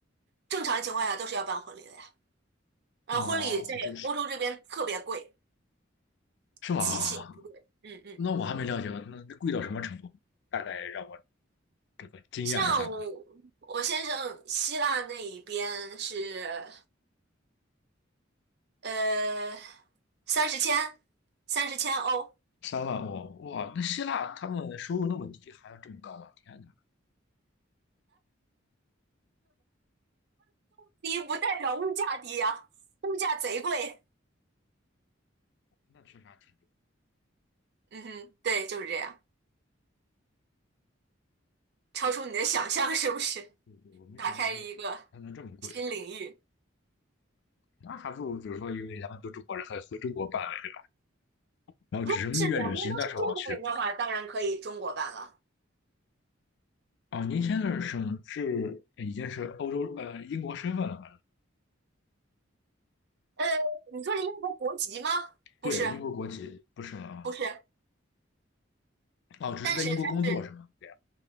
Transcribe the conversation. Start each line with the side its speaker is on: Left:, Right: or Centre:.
Right: 正常情况下都是要办婚礼的呀。然后婚礼在欧洲这边特别贵，
Left: 哦，这这是是吗？
Right: 极其，嗯嗯，
Left: 那我还没了解过，那那贵到什么程度？大概让我这个惊讶一下吧。
Right: 像我我先生希腊那一边是。呃，三十千，三十千欧，
Left: 三万哦，哇，那希腊他们收入那么低，还要这么高啊？天哪，
Right: 低不代表物价低呀，物价贼贵。
Left: 那确实还挺低。
Right: 嗯哼，对，就是这样，超出你的想象是不是？
Left: 对对，我没想到他他它能这么贵，
Right: 打开了一个新领域。
Left: 那还不如比如说，因为咱们都中国人，还回中国办呗。然后只是蜜月旅行的时候我去欧洲。
Right: 如果是两边都是中国人的话，当然可以中国办了。
Left: 哦，您现在是是呃已经是欧洲呃英国身份了吧？
Right: 呃，你说是英国国籍吗？不是，
Left: 对，英国国籍不是吗？
Right: 不是，
Left: 哦，只是在英国工作是吗？
Right: 但是他是
Left: 对